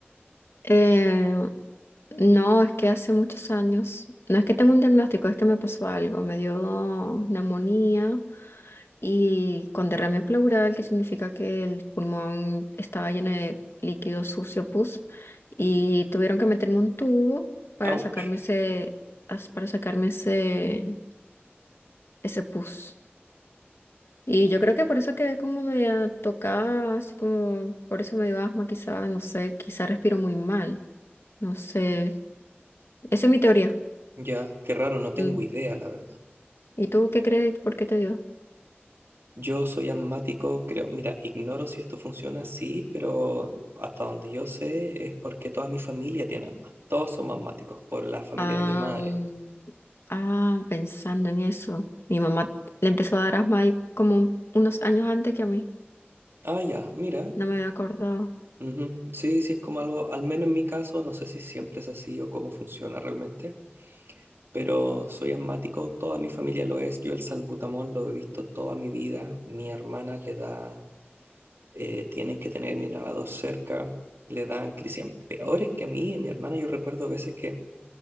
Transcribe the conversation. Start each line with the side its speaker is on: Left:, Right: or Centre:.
Left: Eh, no, es que hace muchos años, no es que tengo un diagnóstico, es que me pasó algo, me dio neumonía y con derrame pleural, que significa que el pulmón estaba lleno de líquido sucio, pus, y tuvieron que meterme un tubo para
Right: Ouch.
Left: sacarme ese, as- para sacarme ese, ese pus. Y yo creo que por eso quedé como media tocada, así como, por eso me dio asma, quizá, no sé, quizá respiro muy mal, no sé, esa es mi teoría.
Right: Ya, qué raro, no tengo
Left: Mm.
Right: idea, la verdad.
Left: ¿Y tú qué crees? ¿Por qué te dio?
Right: Yo soy asmático, creo, mira, ignoro si esto funciona así, pero hasta donde yo sé es porque toda mi familia tiene asma. Todos somos asmáticos por la familia
Left: Ah,
Right: de mi madre.
Left: ah, pensando en eso. Mi mamá le empezó a dar asma ahí como unos años antes que a mí.
Right: Ah, ya, mira.
Left: No me había acordado.
Right: ujú, Sí, sí, es como algo, al menos en mi caso, no sé si siempre es así o cómo funciona realmente, pero soy asmático, toda mi familia lo es. Yo el salbutamol lo he visto toda mi vida. Mi hermana le da, eh, tienen que tener inhalador cerca, le dan crisis am- peores que a mí. Mi hermana, yo recuerdo veces que